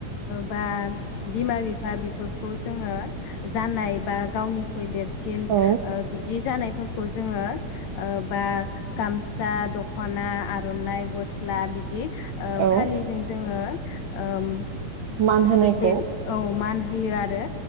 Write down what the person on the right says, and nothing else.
औ
औ
मान होनायखौ